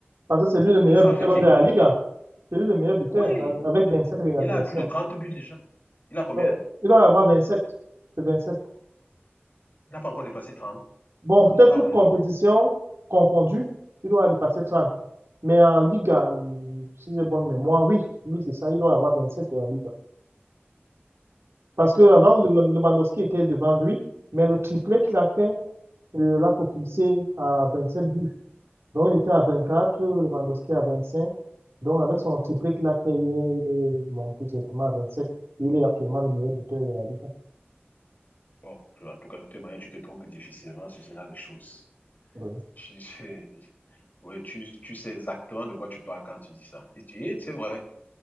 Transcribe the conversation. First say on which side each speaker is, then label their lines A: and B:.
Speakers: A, on the right; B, on the left.
A: Parce que c'est lui le meilleur
B: c'est ça
A: buteur
B: en fait qui
A: même
B: est
A: de
B: compliqué.
A: la Liga. C'est lui le meilleur buteur
B: Oui,
A: a- avec 27 réalisations.
B: il a plus de 30 buts déjà. Il a combien?
A: Euh, Il doit avoir 27. C'est 27.
B: Il n'a pas encore dépassé trente
A: Bon,
B: C'est
A: peut-être
B: bizarre,
A: toute
B: hein?
A: compétition confondue, il doit y passer 30. Mais en Liga, euh, si j'ai bonne mémoire, oui, oui, c'est ça, il doit avoir 27 en Liga. Parce que avant, Lew- Lewandowski était devant lui, mais le triplé qu'il a fait euh, l'a propulsé à 27 buts. Donc, il était à 24, Lewandowski à 25. Donc, avec son triplé qu'il a fait hier, il est monté directement à 27. Il est actuellement le meilleur buteur de la Ligue.
B: Bon, je- en tout cas, de toute manière, tu te trompes difficilement sur ce genre de choses.
A: Oui,
B: Tu, sais <laughs> ouais, tu, tu sais exactement de quoi tu parles quand tu dis ça. Et tu et c'est vrai.